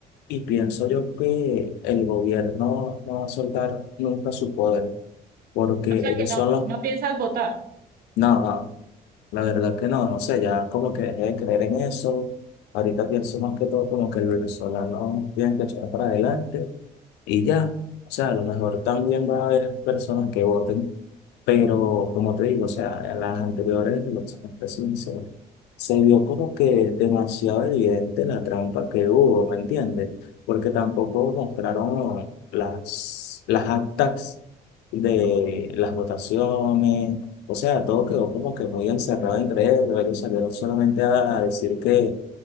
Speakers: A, on the left; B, on the right.
A: y pienso yo que el gobierno no va a soltar nunca su poder porque
B: O sea
A: ellos
B: que no,
A: son los...
B: no piensas votar.
A: No, no, la verdad que no, no sé, ya como que dejé de creer en eso. Ahorita pienso más que todo como que el venezolano tiene que echar para adelante y ya. O sea, a lo mejor también va a haber personas que voten. Pero como te digo, o sea, en las anteriores elecciones presidenciales se vio como que demasiado evidente la trampa que hubo, ¿me entiendes? Porque tampoco mostraron las, las actas de las votaciones, o sea, todo quedó como que muy encerrado entre ellos, ellos salieron solamente a a decir que